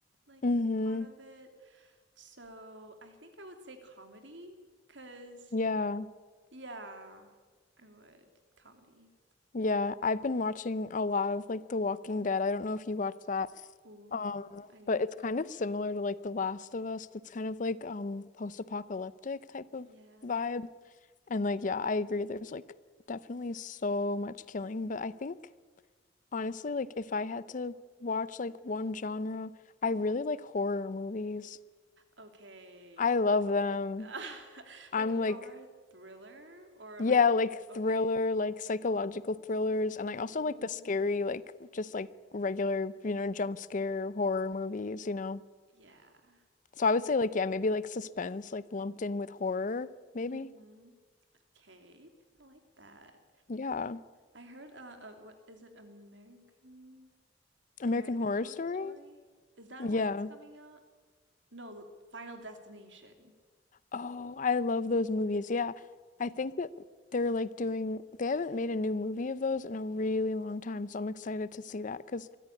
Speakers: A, on the right; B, on the left.
A: like
B: Mhm.
A: part of it. So I think I would say comedy, cause
B: Yeah.
A: yeah, I would comedy.
B: Yeah, I've been watching a lot of like The Walking Dead. I don't know if you watched that.
A: Ooh,
B: Um,
A: I need
B: but it's
A: to.
B: kind of similar to like The Last of Us. 'cause It's kind of like um post-apocalyptic type of
A: Yeah.
B: vibe. And like yeah, I agree there's like definitely so much killing, but I think Honestly, like if I had to watch like one genre, I
A: hmm
B: really like horror movies.
A: Okay.
B: I love them.
A: <laughs>
B: I'm
A: Like horror
B: like,
A: thriller or
B: yeah,
A: like
B: like
A: okay.
B: thriller, like psychological thrillers, and I also
A: Ooh,
B: like the scary, like just like regular, you know, jump scare horror movies, you know.
A: yeah.
B: So
A: Have
B: I would say like yeah, maybe like suspense, like lumped in with horror, maybe.
A: mm-hmm. Okay, I like that.
B: Yeah.
A: I heard uh, uh what is it American
B: American
A: American
B: Horror
A: Horror
B: Story?
A: Story? Is that
B: Yeah.
A: one that's coming out? No, L- Final Destination.
B: Oh, I love those movies. Yeah. I think that they're like doing, they haven't made a new movie of those in a really long time. So I'm excited to see that because